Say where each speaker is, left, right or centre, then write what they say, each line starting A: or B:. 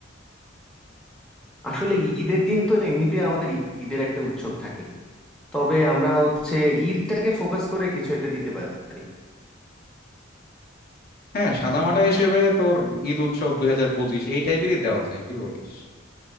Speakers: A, in the centre; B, on the left.
A: আসলে ঈদের দিন তো এমনিতে আমাদের ঈদের একটা উৎসব থাকে তবে আমরা হচ্ছে ঈদটাকে ফোকাস করে কিছু একটা দিতে পারি
B: হ্যাঁ সাদামাটা হিসেবে তোর ঈদ উৎসব দুই হাজার পঁচিশ এই টাইপেরই দেওয়া যায় কি বলিস